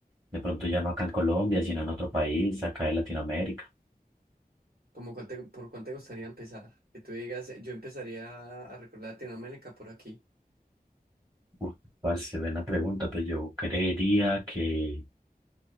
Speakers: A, on the right; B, on the right.
A: De pronto ya no acá en Colombia, sino en otro país, acá en Latinoamérica.
B: como cuál te- ¿por cuál te gustaría empezar? Que tú digas, eh, yo empezaría a recordar Latinoamérica por aquí.
A: Uf, parce, buena pregunta. Pues yo creería que